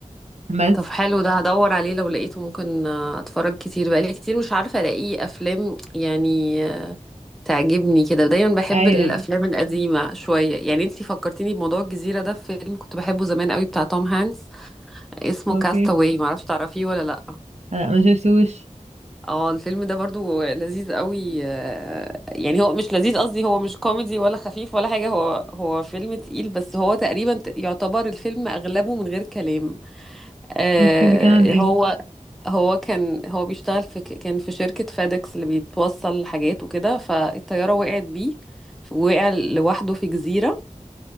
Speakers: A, on the right (about 55°); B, in the centre.
A: بس
B: طب حلو ده هدور عليه لو لقيته ممكن آه، اتفرج كتير بقالي كتير مش عارفة الاقي افلام يعني تعجبني كده دايما بحب
A: ايوه
B: الافلام القديمه شويه يعني انتي فكرتيني بموضوع الجزيره ده في فيلم كنت بحبه زمان قوي بتاع توم هانكس اسمه
A: اوكي
B: كاستاوي معرفش تعرفيه ولا لا
A: لا ما شفتوش
B: اه الفيلم ده برضو لذيذ قوي آه، يعني هو مش لذيذ قصدي هو مش كوميدي ولا خفيف ولا حاجه هو هو فيلم تقيل بس هو تقريبا ت- يعتبر الفيلم اغلبه من غير كلام آه
A: اوكي بيتكلم عن ايه
B: هو هو كان هو بيشتغل في كان في شركة فادكس اللي بيتوصل حاجات وكده فالطيارة وقعت بيه وقع لوحده في جزيرة